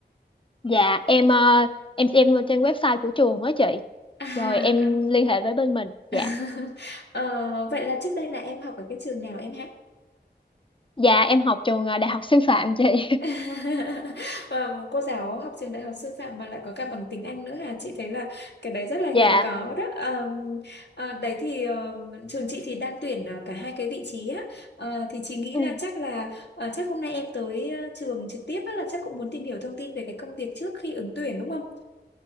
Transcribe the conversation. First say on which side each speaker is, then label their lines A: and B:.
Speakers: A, on the left; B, on the left.
A: dạ em ờ, em xem trên website của trường đó chị.
B: À,
A: Rồi em
B: à.
A: liên hệ với bên mình. Dạ,
B: <laughs> Ờ, vậy là trước đây là em học ở cái trường nào em hát?
A: dạ em học trường ờ, Đại học Sư phạm chị. <laughs>
B: <laughs> Và cô giáo học trường đại học sư phạm mà lại có cả bằng tiếng Anh nữa hả? Chị thấy là cái đấy rất là
A: Dạ.
B: hiếm có đó. Ờm, ờ, đấy thì ờ, trường chị thì đang tuyển ờ, cả hai cái vị trí á. Ờ, thì chị nghĩ
A: Ừ.
B: là chắc là ờ, chắc hôm nay em tới ờ, trường trực tiếp á, là chắc cũng muốn tìm hiểu thông tin về cái công việc trước khi ứng tuyển đúng không?